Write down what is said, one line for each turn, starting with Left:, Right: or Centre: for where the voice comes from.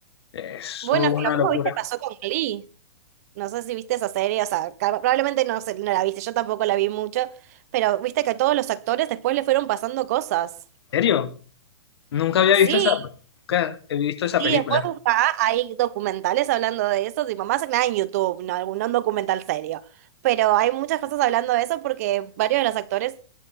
Left: Eso
Right: Bueno,
Left: es
Right: es
Left: una
Right: que lo mismo,
Left: locura.
Right: viste, pasó con Glee. No sé si viste esa serie, o sea, ca- probablemente no, sé- no la viste, yo tampoco la vi mucho, pero viste que a todos los actores después le fueron pasando cosas.
Left: ¿En serio? Nunca había
Right: Sí,
Left: visto esa, nunca he visto esa
Right: Y
Left: película.
Right: después buscá, hay documentales hablando de eso, tipo, más que nada en YouTube, no algún no un documental serio. Pero hay muchas cosas hablando de eso porque varios de los actores